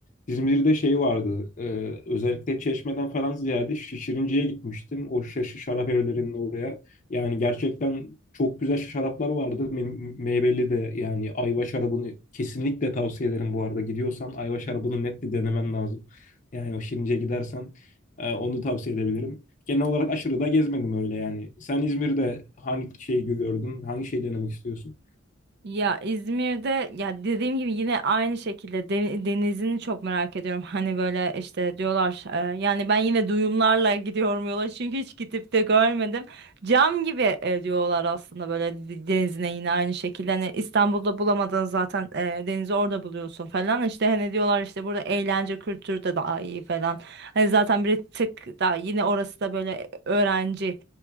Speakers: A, on the left (about 40°); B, on the right (about 55°).
A: İzmir'de şey vardı. e, özellikle Çeşme'den falan ziyade Şişirinci'ye gitmiştim. O şaşı şarap evlerinin oraya. Yani gerçekten çok güzel şaraplar vardı. Me- meyveli de yani ayva şarabını kesinlikle tavsiye ederim bu arada. Gidiyorsan ayva şarabını net bir denemen lazım. Yani o Şirince'ye gidersen e, onu tavsiye edebilirim. Genel olarak aşırı da gezmedim öyle yani. Sen İzmir'de hangi şeyi gördün? Hangi şeyi denemek istiyorsun?
B: Ya İzmir'de ya dediğim gibi yine aynı şekilde de- denizini çok merak ediyorum. Hani böyle işte diyorlar e, yani ben yine duyumlarla gidiyorum yola çünkü hiç gidip de görmedim. Cam gibi e, diyorlar aslında böyle de- denizine yine aynı şekilde. Hani İstanbul'da bulamadığın zaten e, denizi orada buluyorsun falan. İşte hani diyorlar işte burada eğlence kültürü de daha iyi falan. Hani zaten bir tık daha yine orası da böyle öğrenci